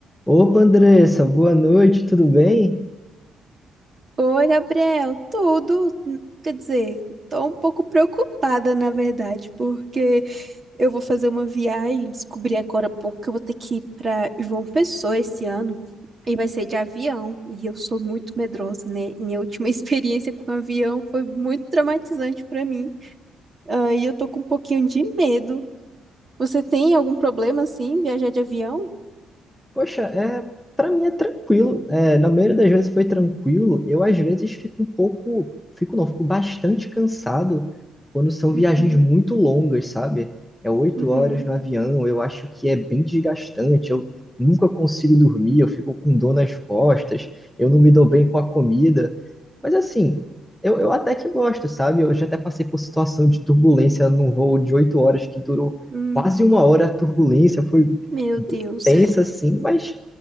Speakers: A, in the centre; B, on the right.
A: Opa, Andressa, boa noite, tudo bem?
B: Oi, Gabriel, tudo? Quer dizer, tô um pouco preocupada, na verdade, porque eu vou fazer uma viagem, descobri agora há pouco que eu vou ter que ir para João Pessoa esse ano, e vai ser de avião, e eu sou muito medrosa, né? Minha última <laughs> experiência com avião foi muito traumatizante para mim, ah, e eu tô com um pouquinho de medo. Você tem algum problema, assim, em viajar de avião?
A: Poxa, é, para mim é tranquilo. É, na maioria das vezes foi tranquilo. Eu às vezes fico um pouco, fico não, fico bastante cansado quando são viagens
B: Uhum,
A: muito longas, sabe? É oito
B: uhum,
A: horas no avião, eu acho que é bem desgastante. Eu nunca consigo dormir, eu fico com dor nas costas, eu não me dou bem com a comida. Mas assim, eu, eu até que gosto, sabe? Eu já até passei por situação de turbulência num voo de oito horas que durou
B: hum,
A: quase uma hora a turbulência, foi
B: meu Deus.
A: tensa, assim, mas